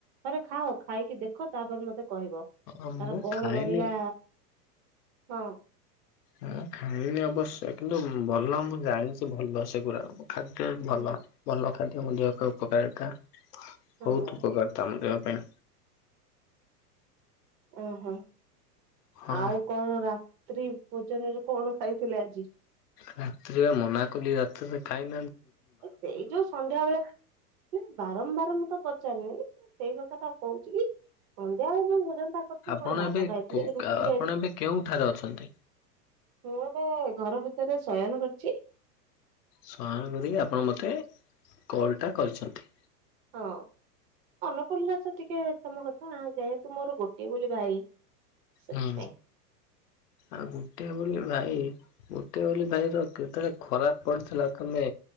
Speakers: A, on the right; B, on the left.
A: ଥରେ ଖାଅ ଖାଇକି ଦେ ଖ ତାପ ମତେ କହିବ
B: ହଁ
A: ତାର
B: ମୁଁ
A: କଣ
B: ଖାଏନି
A: ରହିଲା? ହଁ।
B: ହଁ ଖାଇନି ଅବଶ୍ୟ କିନ୍ତୁ ଭଲ ମୁଁ ଜାଣିଛି ଭଲ ସେଗୁରା। ଖାଦ୍ୟ ଭଲ
A: ହୁଁ
B: ଭଲ। <inaudible> ଉପକାରିତା ବହୁତ
A: ହଁ
B: ଉପକାରିତା ମଧ୍ୟ ପାଇଁ
A: ଓ ହୋ।
B: ହଁ
A: ଆଉ କଣ ରା ତ୍ରୀ ଭୋଜନରେ କଣ ଖାଇଥିଲେ ଆଜି?
B: ରାତିରେ ମନା କଲି ରାତିରେ ଖାଇନି।
A: ସେଇ ଯୋଉ ସନ୍ଧ୍ୟା ବେଳେ ବାରମ୍ବାରମ୍ ମୁଁ ତ ପଚରୁନି ସେଇ କଥା ତ ଆଉ କହୁଛି କି ଯୋଉ ଭୋଜନ ଟା କରୁଥିଲେ
B: ଆପଣ
A: କଣ ଭାତ
B: ଏବେ
A: ଖାଇଥିଲ
B: କୋ
A: କି ରୁଟି
B: ଆପଣ
A: ଖାଇଥିଲି
B: ଏବେ କେଉଁଠାରେ ଅଛନ୍ତି?
A: ମୁଁ ତ ଘର ଭିତ ତାର ଶୟନ କରଛି।
B: ସୟାନ ଆପଣ ମତେ କଲ ଟା କରିଛନ୍ତି।
A: ହଁ ମନ ପଡ଼ିଲତ ଟିକେ ତମ କଥା ଯେହେତୁ ମୋର ଗୋଟିଏ ବୋଲି ଭାଇ। ସେଥିପାଇଁ।
B: ହୁଁ ଆଉ ଗୋଟେ ବୋଲି ଭାଇ ଗୋଟେ ବୋଲି ଭାଇ ର କେତେବେଳେ ଖରାପ ପଢୁଥିଲା ତମେ